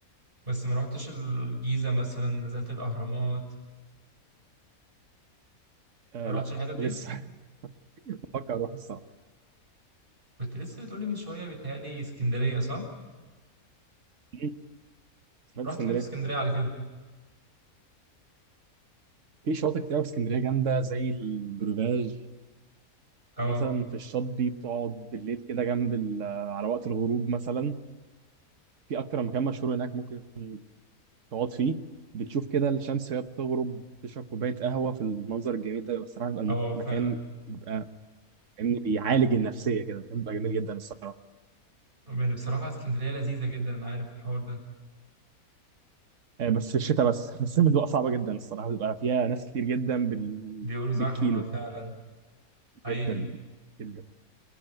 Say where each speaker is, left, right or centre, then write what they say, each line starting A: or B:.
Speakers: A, on the right (about 35°); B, on the right (about 60°).
A: بس ما رحتش الجيزة مثلا نزلت الأهرامات
B: آه
A: ما رحتش
B: لا
A: الحتت دي؟
B: لسه <laughs> بفكر اروح الصراحه
A: كنت لسه بتقولي من شوية بيتهيألي اسكندرية صح؟
B: مم. سافرت
A: رحت
B: اسكندريه
A: فين في اسكندرية على كده؟
B: في شواطئ كتير أوي في اسكندريه جامده زي البروفاج
A: اه
B: ومثلا في الشط دي بتقعد بالليل كده جنب ال- على وقت الغروب مثلا في اكتر مكان مشهور هناك ممكن تقعد فيه بتشوف كده الشمس وهي بتغرب تشرب كوبايه قهوه في المنظر الجميل ده بيبقى الصراحه بيبقى
A: اه فعلا
B: المكان بيبقى فاهمني بيعالج النفسيه كده المكان بيبقى جميل جدا الصراحه
A: يعني بصراحة اسكندرية لذيذة جدا أنا عارف الحوار ده
B: آه، بس في الشتاء بس <laughs> في الصيف بتبقى صعبه جدا الصراحه بتبقى فيها ناس كتير جدا بال...
A: بيقولوا زحمة
B: بالكيلو
A: فعلا حقيقي
B: جدا جدا